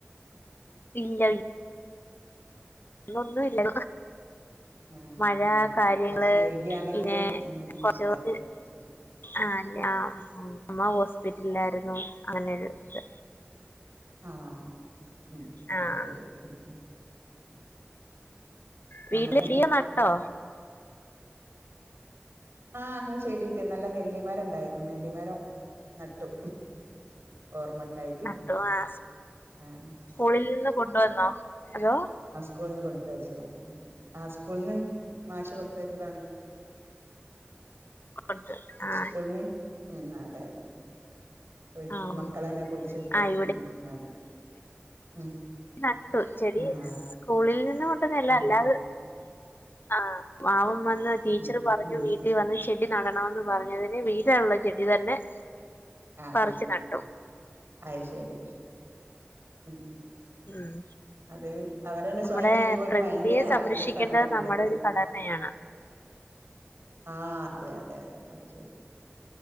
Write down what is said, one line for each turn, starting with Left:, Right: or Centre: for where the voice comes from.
Right: ഉം
Left: ഇല്ല അതൊന്നുംല്ല
Right: ആ
Left: മഴ
Right: ആ
Left: കാര്യങ്ങള്
Right: കുറച്ച് വൈകിയാണെങ്കിലും
Left: പിന്നെ
Right: ഉം
Left: കുറച്ച്
Right: അതെ
Left: കുറച്ച്
Right: അതെ ശരി
Left: ആ ഞാ- അമ്മ ഹോസ്പിറ്റലിലായിരുന്നു അങ്ങനെ ഒരു ഇത്
Right: ആഹ ഉം
Left: ആഹ്
Right: ആ ശരി ഉം ഉം
Left: വീട്ടില്
Right: നമ്മക്ക്
Left: ദിയ നട്ടോ
Right: ആഹ അ ചെടി നട്ട് നല്ല നെല്ലിമരം ഉണ്ടായിരുന്നു നെല്ലിമരം നട്ടു ഓർമ്മക്കായിട്ട്
Left: നട്ടോ ആഹ്
Right: ആ
Left: സ്കൂളിൽ നിന്ന് കൊണ്ടുവന്നോ ഹലോ
Right: സ്കൂളന്ന് കൊടുത്തയച്ചതാ ഉം ആ സ്കൂളന്ന് മാഷ് കൊടുത്തയച്ചതാണ്
Left: കൊടുത്ത് ആഹ
Right: സ്കൂൾന്ന് ഉം അതെതെ കൊയി
Left: ആഹ്
Right: മക്കള് തന്നെ കുഴിച്ചിട്ടു
Left: ആഹ്
Right: ഉം ഉം അതെ ഉം
Left: ആഹ ചെടി
Right: ആഹ്
Left: സ്കൂളിൽ നിന്ന് - ഇന്ന് കൊണ്ടുവന്നത് അല്ല
Right: ഉം
Left: അല്ലാതെ ആഹ മാവും വന്ന് ടീച്ചർ
Right: ഉം
Left: പറഞ്ഞു
Right: ഉം
Left: വീട്ടിൽ വന്ന് ചെടി നടണന്ന് പറഞ്ഞതിന് വീട്ടിലുള്ള ചെടി തന്നെ-
Right: ആഹ
Left: പറിച്ച്
Right: ആ
Left: നട്ടു
Right: അത് ശരി ഉം ഉം <inaudible> ഉം
Left: ഉം
Right: അത് <inaudible> അവരന്നെ
Left: നമ്മുടെ
Right: സ്വയം ചെയ്യുമ്പോ അവര്ക്ക്
Left: പ്രകൃതിയെ
Right: ഭയങ്കര
Left: സംരക്ഷിക്കേണ്ടത്
Right: ഹാപ്പിനെസ്സ് ആണല്ലോ മുഖത്ത്
Left: നമ്മുടെ ഒരു കടമയാണ്
Right: ആഹ അതെ അതെ അതെ അത് ശരി